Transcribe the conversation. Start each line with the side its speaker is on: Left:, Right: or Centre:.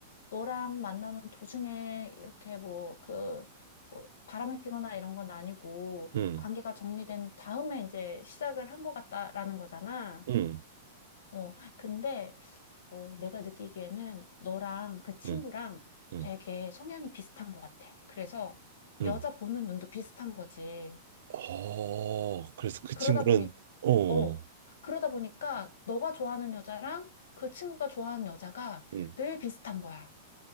Left: 너랑 만나는 도중에 이렇게 뭐, 그, 뭐 바람을 피거나 이런 건 아니고,
Right: 음
Left: 관계가 정리된 다음에 이제 시작을 한 것 같다라는 거잖아.
Right: 음
Left: 어, 근데, 어, 내가 느끼기에는 너랑 그 친구랑
Right: 음 음 음
Left: 되게 성향이 비슷한 것 같아. 그래서
Right: 음.
Left: 여자 보는 눈도 비슷한 거지.
Right: 어, 그래서 그
Left: 그러다
Right: 친구는
Left: 보니
Right: 어,
Left: 어. 그러다 보니까 너가 좋아하는 여자랑 그 친구가 좋아하는 여자가
Right: 음.
Left: 늘 비슷한 거야.